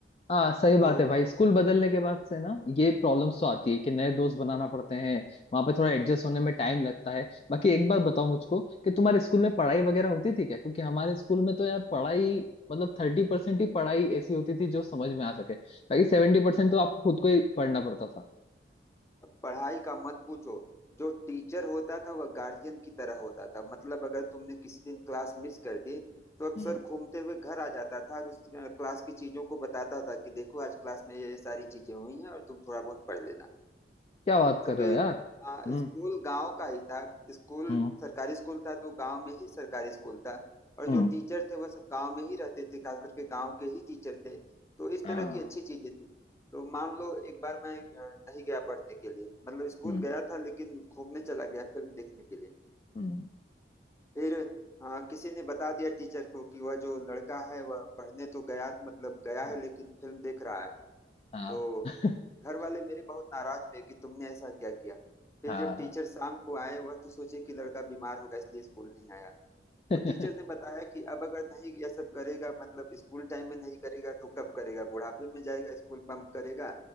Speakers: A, on the left (about 35°); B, on the left (about 15°).
A: हाँ सही बात
B: तो
A: है भाई स्कूल बदलने के बाद से ना ये प्रॉब्लम्स तो आती है कि नए दोस्त बनाना पड़ते हैं वहां पे थोड़ा एडजस्ट होने में टाइम लगता है बाकी एक बात बताओ मुझको कि तुम्हारे स्कूल में पढ़ाई वगैरह होती थी क्या क्योंकि हमारे स्कूल में तो यार पढ़ाई मतलब थर्टी परसेंट ही पढ़ाई ऐसी होती थी जो समझ में आ सके बाकी सेवेंटी परसेंट तो आपको खुद को ही पढ़ना पड़ता था
B: पढ़ाई का मत पूछो जो टीचर होता था वह गार्जियन की तरह होता था मतलब अगर तुमने किसी दिन क्लास मिस कर दी तो अक्सर
A: हम्म।
B: घूमते हुए घर आ जाता था और उस अ, क्लास की चीजों को बताता था कि देखो आज क्लास में ये ये सारी चीजें हुई हैं और तुम थोड़ा बहुत पढ़ लेना
A: क्या बात
B: चूंकि
A: कर रहे हो यार
B: आ,
A: हम्म
B: स्कूल गांव का ही था स्कूल
A: हम्म
B: सरकारी स्कूल था तो गांव में ही सरकारी स्कूल था और
A: हम्म
B: जो टीचर थे वह सब गांव में ही रहते थे खास करके गांव के ही टीचर थे तो इस
A: हाँ
B: तरह की अच्छी चीजें थी तो मान लो एक बार मैं अ, नहीं गया पढ़ने के लिए मतलब स्कूल
A: हम्म
B: गया था लेकिन घूमने चला गया फिल्म देखने के लिए
A: हम्म
B: फिर अ, किसी ने बता दिया टीचर को कि वह जो लड़का है वह पढ़ने तो गया मतलब गया
A: हाँ
B: है लेकिन फिल्म देख रहा है
A: हाँ
B: तो
A: <laughs>
B: घर वाले मेरे बहुत नाराज हुए कि तुमने ऐसा क्या किया फिर
A: हाँ,
B: जब टीचर शाम को आए वह तो सोचे कि लड़का बीमार होगा इसलिए स्कूल नहीं आया
A: <laughs>
B: तो टीचर ने बताया कि अब अगर नहीं यह सब करेगा मतलब स्कूल टाइम में नहीं करेगा तो कब करेगा बुढ़ापे में जाएगा स्कूल बंक करेगा